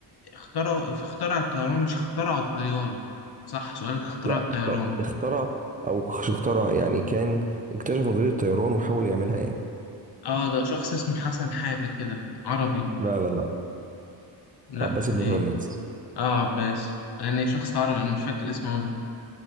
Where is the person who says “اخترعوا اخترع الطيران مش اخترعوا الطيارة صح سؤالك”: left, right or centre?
Left